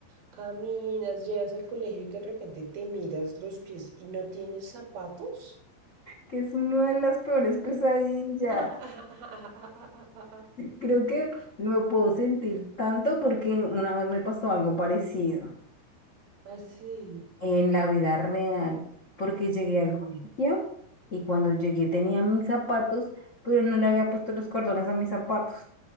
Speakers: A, on the right (about 60°); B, on the left (about 85°).
A: Caminas, llegas al colegio y de repente te miras los pies y no tienes zapatos.
B: que es una de las peores pesadillas.
A: <laughs>
B: Creo que me puedo sentir tanto porque una vez me pasó algo parecido
A: Así.
B: en la vida real, porque llegué
A: Ujú.
B: al colegio y cuando llegué tenía mis zapatos, pero no le había puesto los cordones a mis zapatos.